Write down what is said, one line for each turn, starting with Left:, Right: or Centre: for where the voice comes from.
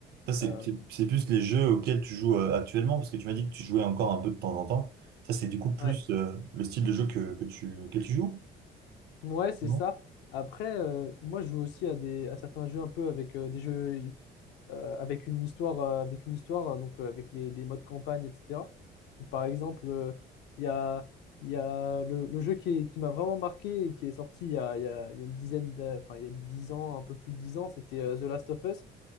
Right: Ça, c'est
Left: Euh,
Right: c'est- c'est plus les jeux auxquels tu joues euh, actuellement, parce que tu m'as dit que tu jouais encore un peu de temps en temps. Ça, c'est du coup plus
Left: ouais.
Right: euh, le style de jeu que, que tu, auquel tu joues?
Left: Ouais, c'est
Right: Non?
Left: ça. Après, euh, moi, je joue aussi à des à certains jeux un peu avec euh, des jeux euh, avec une histoire, euh, avec une histoire, euh, donc euh, avec les, des modes campagne, etc. Donc, par exemple, euh, il y a, il y a le, le jeu qui, est- qui m'a vraiment marqué et qui est sorti il y a, il y a- il y a une dizaine d'a- enfin, il y a 10 ans, un peu plus de 10 ans, c'était euh, The Last of Us.